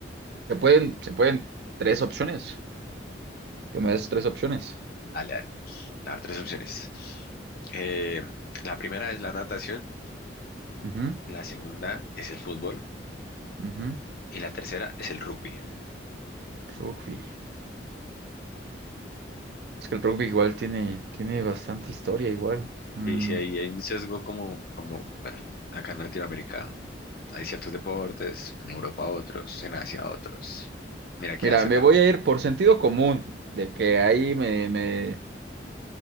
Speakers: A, on the right; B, on the left.
A: se pueden, se pueden tres opciones. Que me des tres opciones.
B: Dale, dale. Te voy a dar tres opciones. Em, la primera es la natación,
A: Ujú,
B: la segunda es el fútbol
A: ujú.
B: y la tercera es el rugby.
A: Rugby. Es que el rugby igual tiene, tiene bastante historia igual. Mm,
B: Sí, sí, ahí hay un sesgo como, como, bueno, acá en Latinoamérica hay ciertos deportes, en Europa otros, en Asia otros. Mira qué
A: Mira,
B: Asia
A: me
B: también.
A: voy a ir por sentido común, de que ahí me, me,